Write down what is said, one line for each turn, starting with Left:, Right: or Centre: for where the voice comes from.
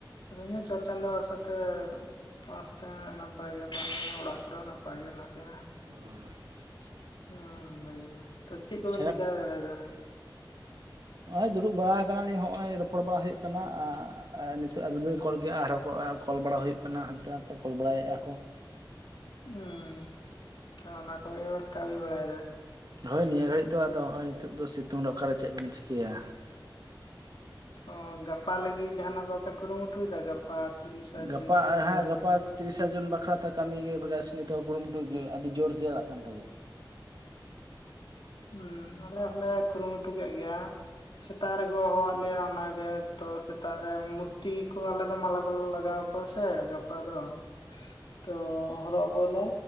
Left: ᱤᱭᱟᱹ ᱪᱚᱴᱪᱟᱸᱫᱚ ᱟᱥᱟᱛᱮ ᱟᱥᱛᱮ ᱱᱟᱯᱟᱭ ᱜᱮ ᱦᱮᱱᱟᱜ ᱞᱮᱭᱟ ᱚᱲᱟᱜ ᱠᱚᱨᱮ ᱦᱚᱸ ᱱᱟᱯᱟᱭ ᱜᱮ ᱦᱮᱱᱟᱜ ᱞᱮᱭᱟ᱾
Right: ᱚᱻ
Left: ᱦᱩᱸ ᱞᱟᱹᱭᱟ ᱛᱚ ᱪᱮᱜᱽ ᱠᱚᱵᱤᱱ
Right: ᱥᱮᱵ
Left: ᱪᱤᱠᱟᱹ ᱵᱟᱲᱟ ᱭᱮᱫᱟ?
Right: ᱱᱚᱜᱼᱚᱭ ᱫᱩᱲᱩᱵ ᱵᱟᱲᱟ ᱟᱠᱟᱱᱟ ᱞᱤᱧ, ᱱᱚᱸᱜᱼᱚᱭ ᱨᱚᱯᱚᱲ ᱵᱟᱲᱟ ᱦᱩᱭᱩᱜ ᱠᱟᱱᱟ ᱟᱻ ᱟᱨ ᱱᱤᱛᱚᱜ ᱟᱹᱵᱤᱱ ᱵᱤᱱ ᱠᱚᱞ ᱠᱮᱫᱼᱟ ᱟᱨᱦᱚᱸ ᱠᱚ ᱠᱚᱞ ᱵᱟᱲᱟ ᱦᱩᱭᱩᱜ ᱠᱟᱱᱟ ᱦᱟᱱᱛᱮ ᱱᱟᱛᱮ ᱠᱚᱞ ᱵᱟᱲᱟᱭᱮᱜᱼᱟ ᱠᱚ᱾
Left: ᱩᱸ ᱛᱟᱦᱞᱮ ᱚᱱᱟ ᱠᱚᱜᱮ ᱵᱮᱱ ᱠᱟᱹᱢᱤ ᱵᱟᱲᱟᱭᱮᱫᱟ?
Right: ᱦᱳᱭ ᱱᱤᱭᱟᱹ ᱜᱷᱟᱹᱲᱤᱡ ᱫᱚ ᱟᱫᱚ ᱱᱚᱜᱼᱚᱭ ᱱᱤᱛᱳᱜ ᱫᱚ ᱥᱤᱛᱩᱝ ᱨᱮ ᱚᱠᱟᱨᱮ ᱪᱮᱜᱽ ᱵᱮᱱ ᱪᱤᱠᱟᱹᱭᱟ?
Left: ᱚ ᱜᱟᱯᱟ ᱞᱟᱹᱜᱤᱫ ᱡᱟᱦᱟᱸᱱᱟᱜ ᱵᱟᱯᱮ ᱠᱩᱨᱩᱢᱩᱴᱩᱭᱮᱫᱟ ᱜᱟᱯᱟ ᱛᱤᱨᱤᱥᱟ ᱡᱩᱱ
Right: ᱜᱟᱯᱟ
Left: ᱦᱩᱞᱜᱟᱹ
Right: ᱦᱮᱸ ᱜᱟᱯᱟ ᱛᱤᱨᱤᱥᱟ ᱡᱚᱱ ᱵᱟᱠᱷᱨᱟᱛᱮ ᱠᱟᱹᱢᱤ ᱜᱮ ᱤᱭᱟᱹ ᱱᱟᱥᱱᱤ ᱠᱩᱨᱩᱢᱩᱴᱩ ᱟᱹᱰᱤ ᱡᱳᱨ ᱪᱟᱞᱟᱜ ᱠᱟᱱ ᱛᱟᱞᱮᱭᱟ᱾
Left: ᱦᱩᱸ ᱟᱞᱮ ᱦᱚᱞᱮ ᱠᱩᱨᱩᱢᱩᱴᱩ ᱠᱮᱜᱽ ᱜᱮᱭᱟ, ᱥᱮᱛᱟᱜ ᱨᱮᱠᱚ ᱦᱚᱦᱚᱣᱟᱫ ᱞᱮᱭᱟ ᱚᱱᱟᱜᱮ ᱛᱚ ᱥᱮᱛᱟᱜ ᱨᱮ ᱢᱩᱨᱛᱤ ᱠᱚ ᱟᱞᱮ ᱫᱚ ᱢᱟᱞᱟᱞᱮ ᱞᱟᱜᱟᱣ ᱠᱚ ᱥᱮ ᱜᱟᱯᱟ ᱫᱚ ᱛᱚ ᱦᱚᱨᱚᱜ ᱟᱠᱚᱣᱟᱞᱮ᱾